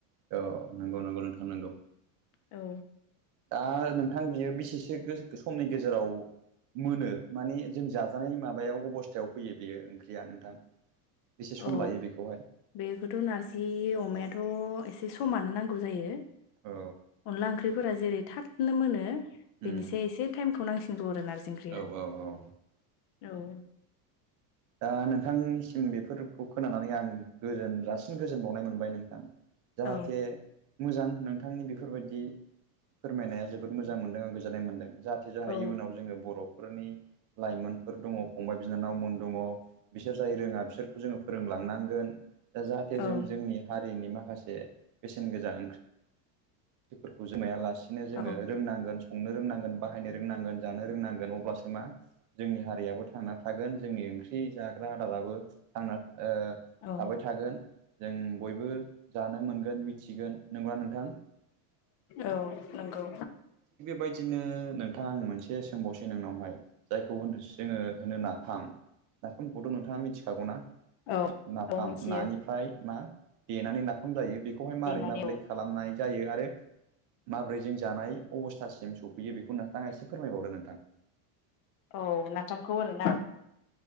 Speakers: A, on the right; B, on the left.
A: औ नंगौ नंगौ नोंथां नंगौ
B: औ
A: दा नोंथां बियो बेसेसो गो समनि गेजेराव मोनो माने जों जाजानाय माबायाव अबस्थायाव फैयो बेयो ओंख्रिया नोंथां बेसे सम
B: अ
A: लायो बेखौहाय
B: बेखौथ' नार्जि अमाया थ' एसे समानो नांगौ जायो
A: औ
B: अनला ओंख्रिफोरा जेरै थाबनो मोनो
A: उम
B: बेनिसाय एसे टाइमखौ नांसिनगौ आरो नार्जि ओंख्रियाव
A: औ औ औ
B: औ
A: दा नोंथांनिसिम बेफोरखौ खोनानानै आं गोजोन जासिम गोजोनबावनाय मोनबाय नोंथां जाहाथे
B: औ
A: मोजां नोंथांनि बेफोरबायदि फोरमायनाया जोबोद मोजां मोनदों आरों गोजोननाय मोनदों। जाहाथे जाहा
B: औ
A: इयुनाव जोङो बर'फोरनि लाइमोनफोर दङ फंबाय बिनानावमोन दङ। बिसोर जाय रोङा बिसोरखौ जोङो फोरोंलांनांगोन दा जाहाथे
B: औ
A: जों जोंनि हारि रिनि माखासे बेसेन गोजा ओंख्रिफोरखौ जमाया लासे सिनो जोङो
B: औ
A: रोंनांगोन संनो रोंनांगोन बाहायनो रोंनांगोन जानो रोंनांगोन अब्लासो मा जोंनि हारियाबो थांना थागोन। जोंनि ओंख्रि जाग्रा आदाराबो थांना ओ
B: औ
A: थाबाय थागोन। जों बयबो जानो मोनगोन मिथिगोन नंगौना नोंथां?
B: औ नंगौ
A: बायदिनो नोंथां आं मोनसे सोंबावसै नोंनावहाय जायखौ जोङो होनो नाफाम नाफामखौथ' नोंथाङा मिथिखागौ ना
B: औ
A: नाफाम
B: औ मिथियो
A: नानिफ्राय मा देनानै नाफाम जायो बे खौहाय मारै
B: देनानै
A: माब्लै
B: औ
A: खालामनाय जायो आरो माबोरै जों जानाय अबस्थासिम सौफैयो बेखौ नोंथाङा एसे फोरमायबावदो नोंथां
B: औ नाफामखौ आरोना